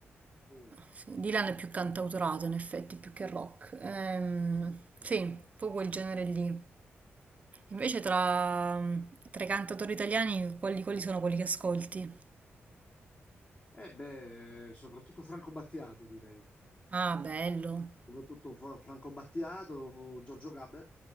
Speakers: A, on the left; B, on the right.
A: sì,
B: sì, Dylan è più cantautorato in effetti, più che rock, Ehm,
A: sì,
B: sì, un
A: sì.
B: po' quel genere lì. Invece tra, tra i cantautori italiani, quali, quali sono quelli che ascolti?
A: Eh beh, soprattutto Franco Battiato, direi.
B: Ah, bello,
A: Soprattutto Fra- Franco Battiato, Giorgio Gaber,